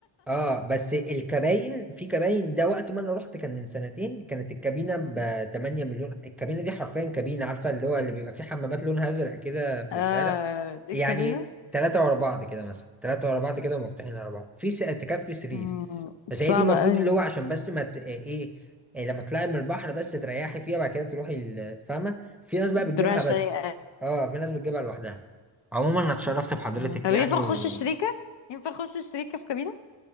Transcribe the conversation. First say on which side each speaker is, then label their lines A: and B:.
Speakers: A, in the centre; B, on the left.
A: اه بس الكباين في كباين ده وقت ما انا رحت كان من سنتين كانت الكابينه
B: <laughs> امم
A: ب 8 مليون الكابينه دي حرفيا كابينه عارفه اللي هو اللي بيبقى فيه حمامات لونها ازرق كده في
B: اه
A: الشارع
B: دي
A: يعني
B: الكابينة
A: ثلاثه ورا بعض كده مثلا ثلاثه ورا بعض كده ومفتوحين ورا بعض في س- تكفي سرير
B: امم
A: بس هي
B: صعبة
A: دي المفروض
B: قوي
A: اللي
B: دي
A: هو عشان بس ما ت... ايه إيه لما تطلعي من البحر بس تريحي فيها بعد كده تروحي ال- فاهمه في ناس بقى بتجيبها
B: تروح شيء
A: بس اه في ناس بتجيبها لوحدها عموما انا اتشرفت بحضرتك
B: امم طب
A: يعني
B: ينفع
A: و
B: اخش شريكة ينفع اخش شريكة في كابينة